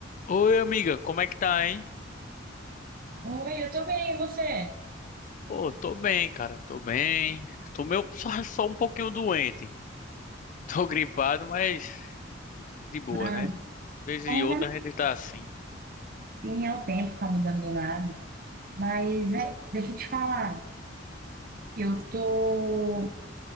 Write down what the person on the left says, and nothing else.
Oi, amiga, como é que tá, hein?
Pô, tô bem, cara, tô bem. Tô meio <laughs> só, só um pouquinho doente. Tô gripado, mas de boa,
né? Vez e
outra
a gente tá assim.